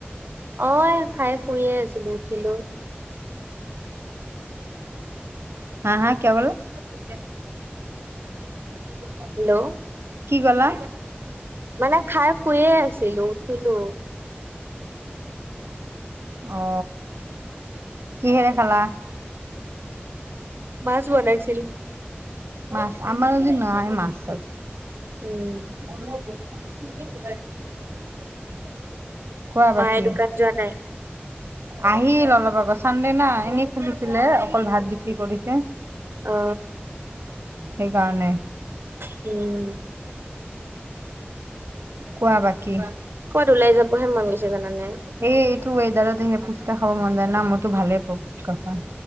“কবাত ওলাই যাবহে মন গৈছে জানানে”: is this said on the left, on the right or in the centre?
Right